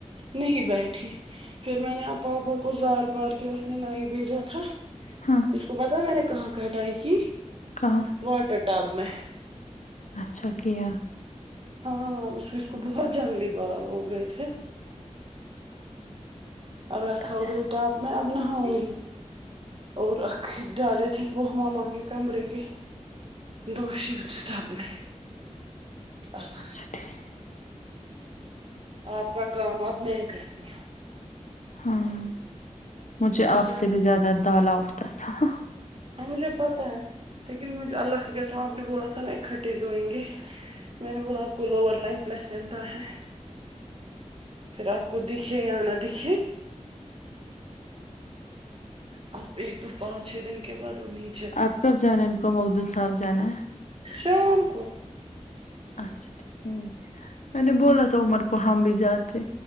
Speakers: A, on the right; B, on the left.
A: نہیں بیٹھی پھر میں نے اب پاپا گزار پار کیا اس نے نائی بھیجا تھا
B: ہاں
A: اس کو پتا ہے میں نے کہاں کٹائی کی
B: کہاں
A: واٹر ٹب میں
B: اچھا کیا
A: ہاں اس اس کو بہت جنگلی بال ہو گئے تھے اب رکھا
B: اچھا
A: ادھر ٹپ میں اب نہاؤں گی اور آکھیں ڈالے تھے وہ ماما کے کمرے کے دو شیٹس ڈب میں ہاں
B: <unintelligible>
A: آپ کا کام اب میں کرتی ہوں
B: ہاں مجھے
A: اب
B: آپ
A: کیا
B: سے بھی زیادہ دالا تھا
A: ہاں مجھے پتا ہے لیکن مجھے اللہ کے قسم آپ نے بولا تھا نا اکھٹے دھوئیں گے میں نے بولا آپ کو لوور لائن پلسنٹا ہے پھر آپ کو دکھے یا نہ دکھے اب ایک دو پانچ چھ دن کے بعد وہ نی
B: آپ کب جانا ہے ان کو مخدن صاحب جانا ہے
A: شام کو
B: اچھا ٹھیک میں نے بولا تھا عمر کو ہم بھی جاتے